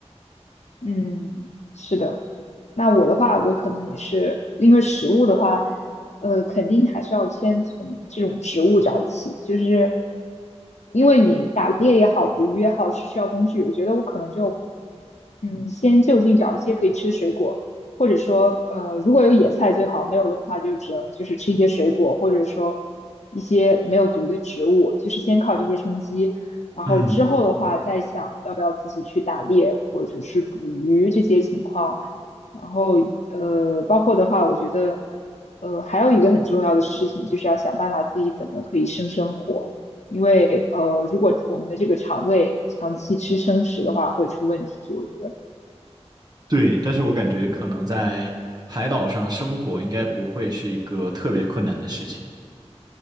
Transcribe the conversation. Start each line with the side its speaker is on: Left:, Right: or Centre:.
Left: 嗯，是的。那我的话，我可能也是因为食物的话，呃，肯定还是要先从这种植物找起，就是因为你打猎也好，捕鱼也好，是需要工具。我觉得我可能就，嗯，先就近找一些可以吃的水果，或者说，呃，如果有野菜最好，没有的话就只能就是吃一些水果，或者说一些没有毒的植物，就是先靠这些充饥。然后之后的话，
Right: 嗯，
Left: 再想要不要自己去打猎或者是捕鱼这些情况。然后呃，包括的话，我觉得呃还有一个很重要的事情，就是要想办法自己怎么可以生生火，因为呃如果我们的这个肠胃长期吃生食的话，会出问题。我觉得
Right: 对，但是我感觉可能在海岛上生活应该不会是一个特别困难的事情。